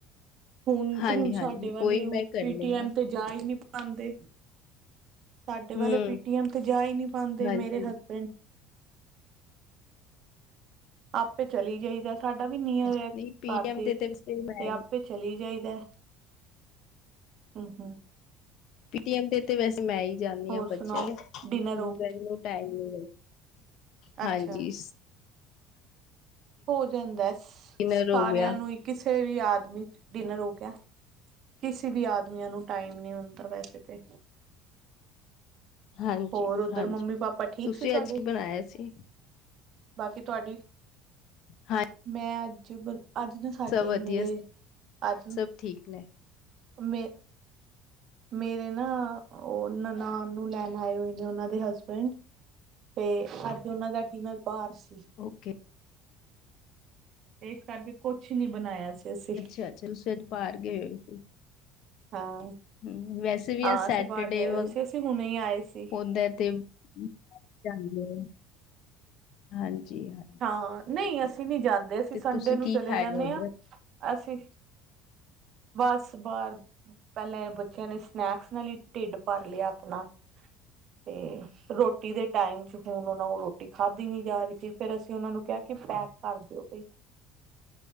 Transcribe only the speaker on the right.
ਹੁਨ
ਹੁਨ
ਸਾਡੇ ਵਾਲੇ
ਉਹ
ਪੀਟੀਐਮ
ਤੇ ਜਾ ਈ ਨੀ ਪਾਦੇ ਸਾਡੇ ਵਾਲੇ
ਪੀਟੀਐਮ ਤੇ ਜਾ ਈ ਨੀ ਪਾਂਦੇ,
ਮੇਰੇ ਹਸ ਆਪੇ ਚਲੀ ਜਾਈਦੇ ਸਾਡਾ ਵੀ ਨੀ ਨੀਅਰ
ਏ
ਕਰਦੇ,
ਤੇ ਆਪੇ ਚਲੀ ਜਾਈਦੇ ਹੂ ਹੂ
ਹੋਰ
ਸੁਣਾਓ ਡਿਨਰ
ਹੋ
ਅੱਛਾ ਹੋ ਜਾਂਦੇ,
ਸਾਰਿਆਂ
ਨੂੰ ਈ ਕਿਸੇ ਵੀ ਆਦਮੀ ਚ, ਡਿਨਰ ਹੋ ਗਿਆ ਕਿਸੇ ਵੀ ਆਦਮੀਆਂ ਨੂੰ ਟਾਈਮ ਨੀ ਹੁੰਦਾ ਵੈਸੇ ਤੇ।
ਹੋਰ, ਉੱਧਰ
ਮੰਮੀ ਪਾਪਾ ਠੀਕ
ਸੀ ਤੁਹਾਡੇ?
ਬਾਕੀ ਤੁਹਾਡੀ
ਮੈਂ ਅੱਜ ਬ ਅੱਜ ਨਾ ਸਾਡੇ
ਮੇਰੇ ਅੱਜ
ਮੇ ਮੇਰੇ ਨਾ ਉਹ ਨਨਾਨ ਨੂੰ ਲੈਨ ਆਏ ਹੋਏ ਨੇ, ਉਹਨਾਂ ਦੇ ਹਸਬੈਂਡ ਤੇ ਅੱਜ ਉਹਨਾਂ ਦਾ ਡਿਨਰ ਬਾਰ ਸੀ।
ਏਸ ਕਰਕੇ ਕੋਛ ਨੀ ਬਨਾਇਆ ਸੀ ਅਸੀਂ
ਹਾਂ
ਹਾਂ
ਅਸੀਂ ਬਾਹਰ ਗਏ
ਹੋਏ ਸੀ ਅਸੀਂ ਹੁਣੇ ਹੀ ਆਏ ਸੀ।
ਹਾਂ ਨਹੀਂ, ਅਸੀਂ ਨੀ ਜਾਂਦੇ ਅਸੀਂ ਸੰਡੇ
ਨੂੰ
ਚਲੇ
ਜਾਨੇ
ਆ, ਅਸੀਂ ਬਸ ਬਾਰ, ਪਹਿਲੇ ਬੱਚਿਆਂ ਨੇ ਸਨੈਕਸ ਨਾਲ ਹੀ ਢਿੱਡ ਭਰ ਲਿਆ ਅਪਨਾ
ਤੇ ਰੋਟੀ ਦੇ ਟਾਈਮ ਚ ਹੁਣ ਉਹਨਾਂ ਕੋਲੋਂ ਰੋਟੀ ਖਾਧੀ ਨੀ ਜਾ ਰਹੀ ਸੀ, ਫਿਰ ਅਸੀਂ ਉਹਨਾਂ ਨੂੰ ਕਿਹਾ ਕਿ ਪੈਕ ਕਰ ਦਓ ਬਈ